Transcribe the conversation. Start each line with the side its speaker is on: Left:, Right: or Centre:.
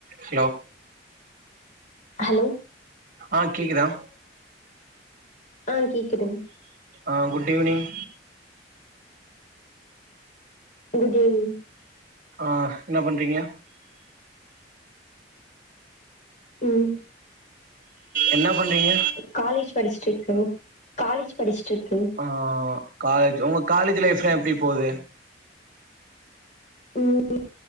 Right: hello
Left: hello
Right: ஆ கேக்கிதா
Left: ஆ கேக்கிதுங்
Right: ஆ குட் ஈவ்னிங்
Left: குட் ஈவ்னிங்
Right: ஆ என்ன பண்றீங்க
Left: ம்
Right: என்ன பண்றீங்க
Left: காலேஜ் படிச்ட்டுருக்கு காலேஜ் படிச்ட்டுருக்கு
Right: ஆ காலேஜ் உங்க காலேஜ் லைஃப்லா எப்டி போகுது
Left: ம்